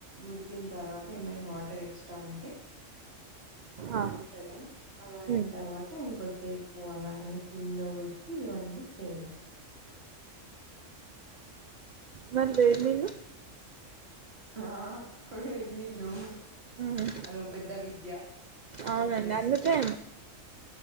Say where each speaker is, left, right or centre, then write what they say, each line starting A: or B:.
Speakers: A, on the right; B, on the right.
A: ఉడికిన తర్వాత ఏమైనా వాటర్ ఎక్స్ట్రా ఉంటే
B: ఆ
A: ఉంచడం అలా అయిన
B: ఉమ్
A: తర్వాత ఇంకొ సేపు అలానే సిమ్ లో పెట్టి ఇవన్నీ చేయ
B: మరి వేవిన్
A: ఆ వేడినీళ్లు
B: ఉమ్
A: అదొక పెద్ద విద్య అది
B: అవునండి
A: చెప్పలేము
B: అందుకే